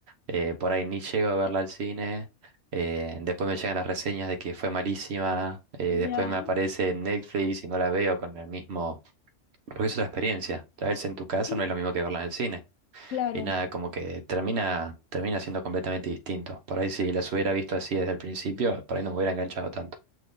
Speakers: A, on the right (about 60°); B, on the left (about 85°).
A: eh, por ahí ni llego a verla al cine, eh, después me llegan las reseñas de que fue malísima, eh, después
B: Ya.
A: me aparece en Netflix y no la veo con el mismo, porque es otra experiencia, tal vez en tu casa
B: Sí.
A: no es lo mismo que verla en el cine.
B: Claro.
A: Y nada, como que termina, termina siendo completamente distinto. Por ahí si las hubiera visto así desde el principio, por ahí no me hubiera enganchado tanto.